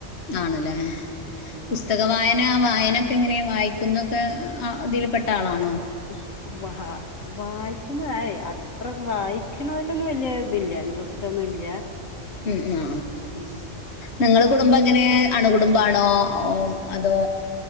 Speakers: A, on the left; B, on the left.
A: ആണല്ലേ
B: ഉം
A: പുസ്തക വായന ആ വായനൊക്കെ എങ്ങനെയ വായി ക്കുന്നൊക്കെ അതിൽപ്പെട്ട ആളാണോ
B: ഉം വാ വായിക്കുന്നത് അത്ര വായിക്കണതിലൊന്നും വല്യ ഇതില്ല ഇൻട്രസ്റ്റ് ഒന്നും ഇല്ല
A: ഉം ആ
B: ഉം
A: നിങ്ങ കുടുംബം എങ്ങനെ അണു കുടുംബാണോ അതോ